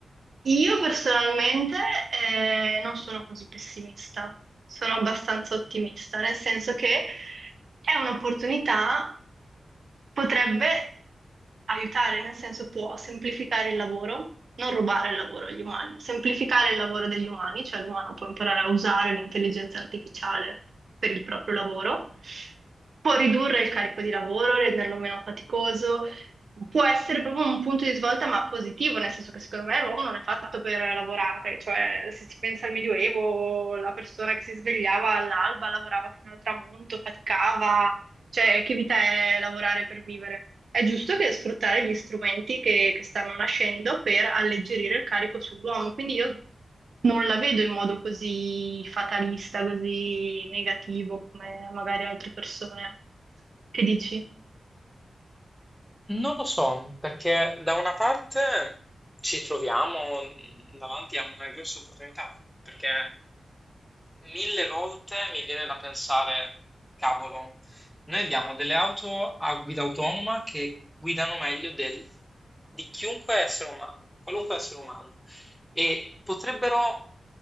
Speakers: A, on the right; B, in the centre.
A: Io personalmente eh, non sono così pessimista, sono abbastanza ottimista, nel senso che è un'opportunità, potrebbe aiutare, nel senso può semplificare il lavoro, non rubare il lavoro agli umani, semplificare il lavoro degli umani, cioè l'umano può imparare a usare l'intelligenza artificiale per il proprio lavoro, può ridurre il carico di lavoro, renderlo meno faticoso può essere proprio un punto di svolta, ma positivo, nel senso che secondo me l'uomo non è fatto per lavorare, cioè se si pensa al Medioevo, la persona che si svegliava all'alba, lavorava fino al tramonto, faticava, cioè che vita è lavorare per vivere? È giusto che sfruttare gli strumenti che, che stanno nascendo per alleggerire il carico sull'uomo, quindi io non la vedo in modo così fatalista, così negativo come magari altre persone. Che dici?
B: Non lo so, perché da una parte ci troviamo davanti a una grossa opportunità, perché mille volte mi viene da pensare, cavolo, noi abbiamo delle auto a guida autonoma che guidano meglio del- di chiunque essere umano, qualunque essere umano. e potrebbero